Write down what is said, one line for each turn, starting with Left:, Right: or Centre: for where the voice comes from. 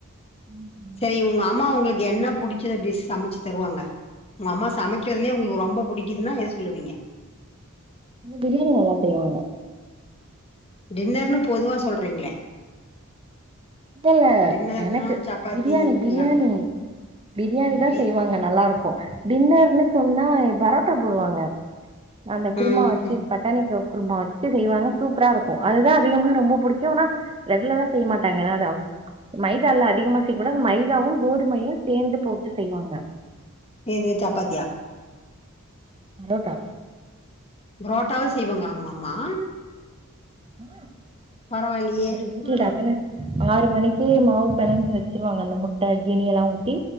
Right: ம் ம்
Left: அ இவுங்க அம்மா உங்களுக்கு என்ன புடிச்சத டிஸ் சமைச்சு தருவாங்க உங்க அம்மா சமைக்கிறதுலேயே உங்க ரொம்ப பிடிக்குதுன்னா எது சொல்லுவீங்க
Right: பிரியாணி நல்லா செய்வாங்க
Left: டின்னர்னு பொதுவா சொல்றீங்ளே
Right: இல்லல்ல
Left: டின்னர்னா
Right: எனக்கு
Left: சப்பாத்தி
Right: பிரியாணி பிரியாணி
Left: எல்லாமே
Right: பிரியாணி தா
Left: பீஃப்
Right: செய்வாங்க நல்லா இருக்கும் டின்னர்னு சொன்னா பரோட்டா போடுவாங்க அந்த குருமா
Left: ம்
Right: வச்சு
Left: ம்
Right: ப தனிக்கோ குருமா வச்சு செய்வாங்க சூப்பரா இருக்கும் அதுதான் அதிகமா ரொம்ப பிடிக்கும் ஆனா ரெகுலரா செய்ய மாட்டாங்க என்ன மைதால்ல அதிகமா செய்ய கூடாது மைதாவும் கோதுமையும் சேந்து போட்டு செய்வாங்க
Left: எது சப்பாத்தியா
Right: இதோடா
Left: புரோட்டாவே செய்வாங்கலா உங்க அம்மா
Right: ஆ
Left: பரவாயில்லையே
Right: அது வீட்ட
Left: ம்
Right: டாக்கன ஆறு மணிக்கு மாவு பிணைஞ்சு வச்சிருவாங்க அந்த முட்ட ஜீனி எல்லாம் ஊட்டி